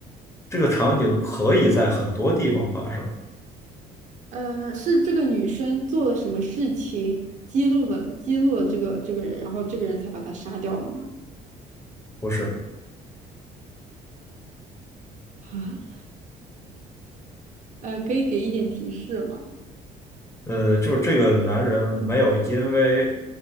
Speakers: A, on the left; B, on the right.
A: 这个场景可以在很多地方发生，
B: 呃，是这个女生做了什么事情揭露了揭露了这个这个人，然后这个人才把他杀掉了吗？
A: 不是？
B: 啊，呃，可以给一点提示吗？
A: 呃，就是这个男人没有因为